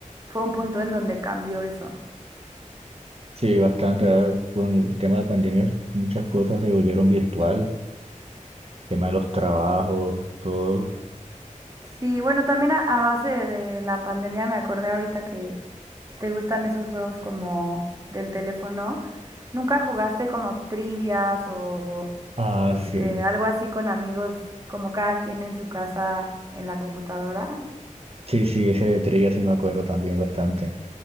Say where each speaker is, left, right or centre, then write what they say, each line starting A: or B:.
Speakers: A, on the right; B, on the right.
A: fue un punto en donde cambió eso.
B: Sí, bastante. ahora Con el tema de la pandemia, muchas cosas se volvieron virtual tema de los trabajos, todo.
A: Sí, bueno, también a, a base de la pandemia me acordé ahorita que ¿Te gustan esos juegos como del teléfono? ¿Nunca jugaste como trivias o
B: Ah,
A: este
B: sí.
A: algo así con amigos, como cada quien en su casa en la computadora?
B: Sí, sí, ese de trilla sí me acuerdo también bastante.